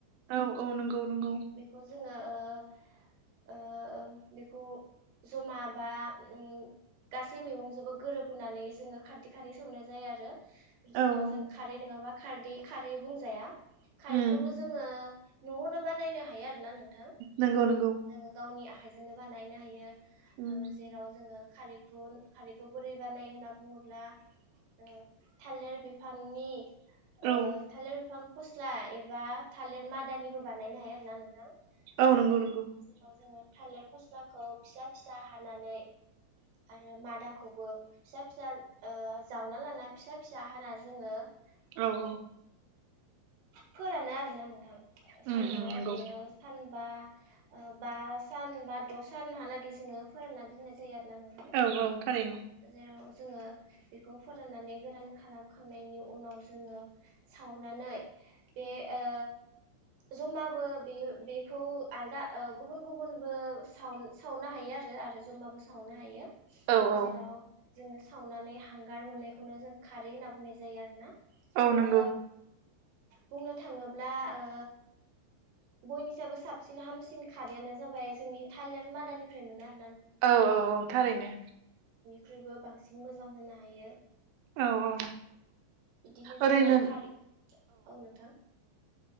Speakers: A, on the right; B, on the right.
A: औ औ नंगौ नंगौ
B: बेखौ जोङो ओ ओ बेखौ जमा बा उम गासै मैगंजोंबो गोरोबहोनानै जोङो खारदै खारै संनाय जायो आरो जेराव
A: औ औ
B: जों खारै नोङा माबा खारदै खारै बुंजाया मा खारैखौबो
A: उम
B: जोङो न'आवनो बानायनो हायो आरो ना ना नोंथां
A: नंगौ नंगौ
B: जोङो गावनि आखाइ आखाइजोंनो बानायनाइनो हायो
A: उम
B: ओ जेराव जोङो खारैखौ खारैखौ बोरै बानायो होनना बुङोब्ला ओ थालिर बिफांनि ओ
A: औ
B: थालिर बिफां फस्ला एबा थालिर मादानिबो बानायनो हायो आरोना नोंथां
A: औ
B: ओ
A: नंगौ नंगौ
B: जेराव जोङो थालिर फस्लाखौ फिसा-फिसा हानानै आरो मादाखौबो फिसा-फिसा ओ जावना लाना फिसा-फिसा हाना जोङो
A: औ
B: ओ
A: औ
B: फोरानो आरोना नोंथां सान्दुंङाव
A: उम उम
B: ओरैनो
A: नंगौ
B: सान बा ओ बा सान बा द' सानहालागै जोङो फोरानना दोननाय जायो जायो आरो नोंथां
A: औ औ थारैनो
B: जेराव जोङो बेखौ फाननानै गोरान खालामखांनायनि उ उनाव जोङो सावनानै बे ओ जमाबो बे बेखौ आलदा ओ गुबुन गुबुन बो साव सावनो हायो आरो आरो जमाबो सावनो हायो
A: औ औ
B: जेराव जोङो सावनानै हांगार मोननाय बेखौनो जों खारै होनना बुंनाय जायो आरो ना
A: औ नंगौ
B: ओ बुंनो थाङोब्ला ओ बयनिसाबबो साबसिन हामसिन खारैयानो जाबाय जोंनि थालिर मादानिफ्राय मोनाय आ
A: औ औ औ थारैनो
B: ख्रिबो बांसिन मोजां होनो हायो
A: औ औ
B: बिदिनो
A: ओरैनो
B: जोङो खारि औ नोंथां